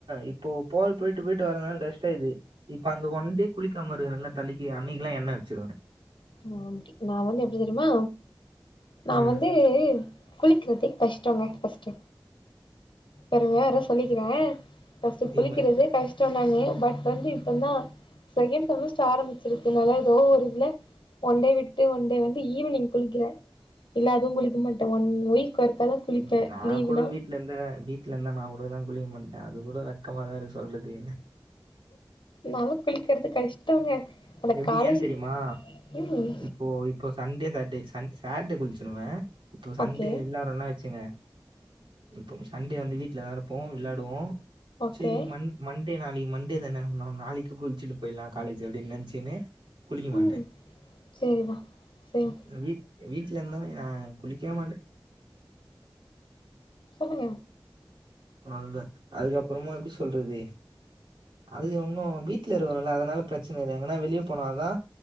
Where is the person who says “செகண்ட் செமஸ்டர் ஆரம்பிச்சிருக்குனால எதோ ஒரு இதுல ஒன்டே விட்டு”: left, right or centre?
Left